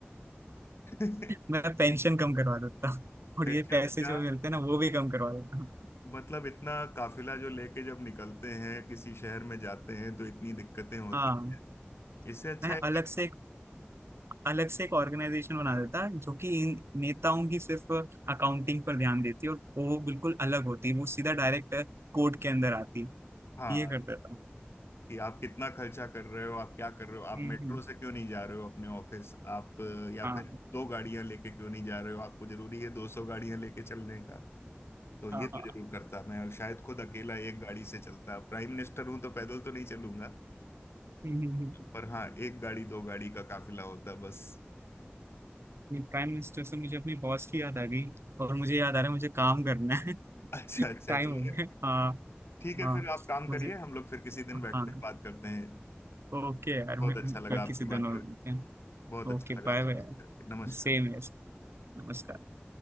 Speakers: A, on the left; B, on the right.
A: <laughs>
B: मैं पेंशन कम करवा देता हूँ और
A: पेंशन
B: ये पैसे
A: का
B: जो मिलते हैं ना वो भी कम करवा देता हूँ
A: मतलब इतना काफिला जो लेके जब निकलते हैं किसी शहर में जाते हैं तो इतनी दिक्कतें होती
B: हाँ
A: इससे अच्छा
B: मैं
A: है
B: अलग
A: कि
B: से एक अलग से एक ऑर्गेनाइजेशन बना देता जो कि इन नेताओं की सिर्फ अकाउंटिंग पर ध्यान देती है और वो बिल्कुल अलग होती वो सीधा डायरेक्ट कोर्ट के अंदर आती
A: हाँ
B: ये कर देता
A: कि आप कितना खर्चा कर रहे हो आप क्या कर रहे हो आप
B: हम्म
A: मेट्रो
B: हम्म,
A: से क्यों नहीं जा रहे हो अपने ऑफिस आप अ, या
B: हाँ
A: फिर दो गाड़ियां लेके क्यों नहीं जा रहे हो आपको जरूरी है दो सौ गाड़ियां लेके चलने तो ये
B: हाँ
A: तो
B: हाँ,
A: जरूर करता मैं शायद खुद अकेला एक गाड़ी से चलता प्राइम मिनिस्टर हूं तो पैदल तो नहीं चलूंगा
B: हम्म हम्म,
A: पर हाँ एक गाड़ी दो गाड़ी का काफिला होता बस
B: हम्म। प्राइम मिनिस्टर से मुझे अपनी बॉस की याद आ गई और मुझे याद आ रहा है मुझे काम करना है
A: अच्छा
B: <laughs>
A: अच्छा
B: टाइम
A: चलिए
B: हो गया हाँ
A: ठीक है
B: हाँ
A: फिर आप काम करिए
B: मुझे
A: हम लोग फिर किसी दिन
B: हाँ
A: बैठते हैं बात करते हैं
B: ओके यार
A: बहुत
B: मैं
A: अच्छा लगा
B: फिर
A: आपसे
B: किसी दिन
A: बात
B: और
A: कर
B: मिलते हैं
A: बहुत अच्छा
B: Okay
A: लगा
B: bye
A: आपसे
B: bye
A: बात करके नमस्कार
B: सेम है नमस्कार